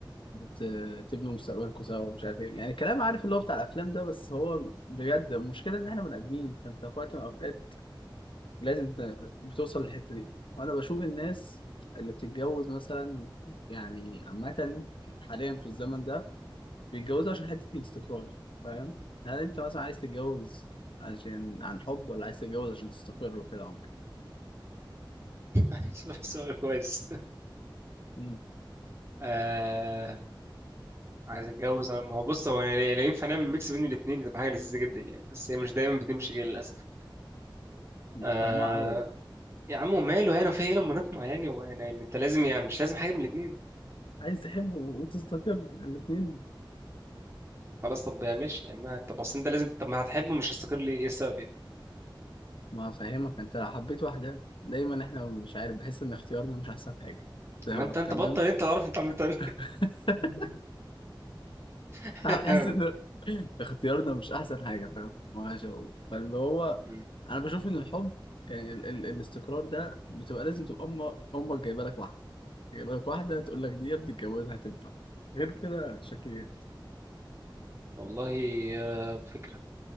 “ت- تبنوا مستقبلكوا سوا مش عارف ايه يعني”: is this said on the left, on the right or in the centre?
Left